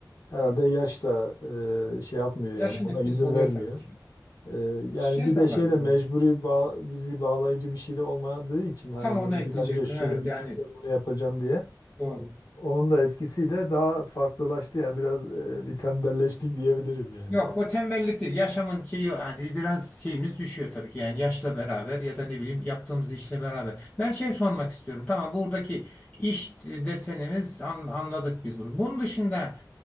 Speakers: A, on the left; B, on the left.
A: Herhalde yaş da e, şey yapmıyor yani
B: Yaşın
A: ona
B: etkisi
A: izin
B: oluyor
A: vermiyor.
B: tabii ki.
A: E, yani
B: Şey
A: bir
B: de
A: de
B: olabilir.
A: şey de mecburi bağ- bizi bağlayıcı bir şey de olmadığı için hani
B: Tam onu
A: böyle
B: ekleyecektim.
A: bir an önce şunu
B: Evet
A: bitireceğim
B: yani
A: onu yapacağım diye.
B: doğru.
A: Onun da etkisiyle daha farklılaştı yani biraz e, bir tembelleştik diyebilirim yani.
B: Yok o tembellik değil. Yaşamın şeyi hani biraz şeyimiz düşüyor tabii ki. Yani yaşla beraber ya da ne bileyim yaptığımız işle beraber. Ben şey sormak istiyorum. Tamam buradaki iş desenimiz an- anladık biz bunu. Bunun dışında